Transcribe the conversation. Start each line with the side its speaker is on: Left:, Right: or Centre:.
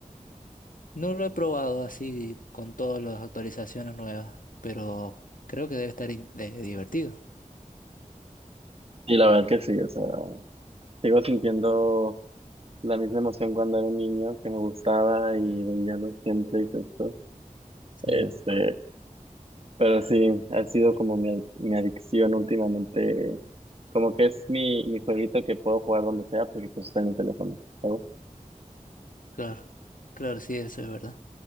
Left: No lo he probado así con todas las actualizaciones nuevas, pero creo que debe estar in- de- divertido.
Right: Y la verdad que sí, o sea, sigo sintiendo la misma emoción cuando era un niño que me gustaba y veía los gameplays estos. Este,
Left: Mm,
Right: pero sí, ha sido como mi, adic- mi adicción últimamente. Como que es mi, mi jueguito que puedo jugar donde sea porque pues está en el teléfono, ¿sabes?
Left: claro, claro, sí, eso es verdad.